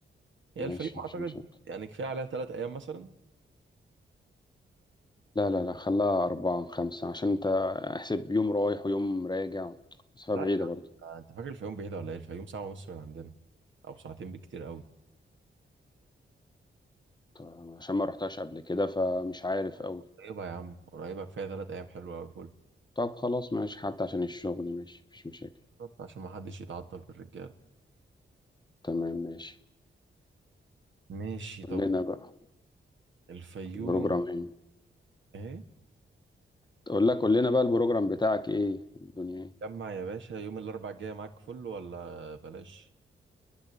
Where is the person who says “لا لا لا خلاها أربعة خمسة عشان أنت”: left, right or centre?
Left